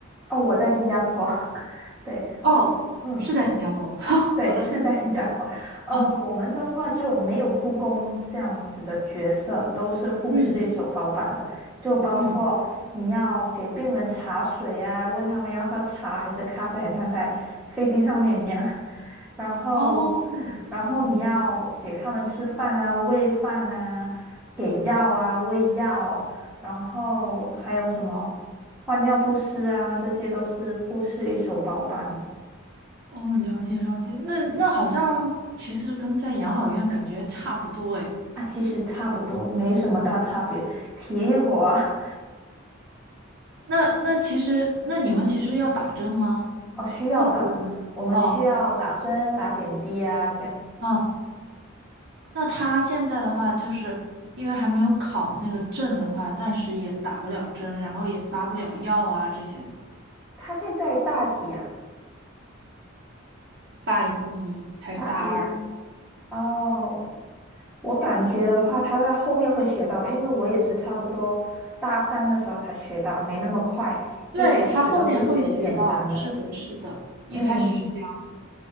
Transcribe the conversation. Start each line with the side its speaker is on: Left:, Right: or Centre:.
Centre: 哦，我在新加坡，<laughs> 对，
Right: 哦，
Centre: 嗯，
Right: 是在新加坡。<laughs>
Centre: 对，
Right: 好的。
Centre: 是在新加坡。呃，
Right: 啊，
Centre: 我们的话就没有护工这样子的角色，都是护士一手包办的，
Right: 嗯
Centre: 就包括你要给病人茶水啊，
Right: 嗯，
Centre: 问他们要喝茶还是咖啡，很像在飞机上面一样。<laughs> 然后，
Right: 哦，
Centre: 然后你要给他们吃饭啊，
Right: 嗯。
Centre: 喂饭啊，给药啊，喂药，然后还有什么换尿不湿啊，这些都是护士一手包办的。
Right: 哦，了解了解，那那好像其实跟在养老院感觉差不多哎。
Centre: 啊，其实差不多，没什么大差别。体力活啊，
Right: 那那其实那你们其实要打针吗？
Centre: 哦，需要的，
Right: 护士要打
Centre: 我们需要打针、
Right: 哦
Centre: 打点滴啊，这样。
Right: 哦，啊那他现在的话，就是因为还没有考那个证的话，暂时也打不了针，然后也发不了药啊这些。
Centre: 他现在大几啊？
Right: 大一还是大二来？
Centre: 大一，哦，我感觉的话，他在后面会学到，因为我也是差不多大三的时候才学到，没那么快，
Right: 对，
Centre: 一开始都是学简单的。
Right: 他后面会学到，是的，是的，一开始是这样子的。
Centre: 嗯。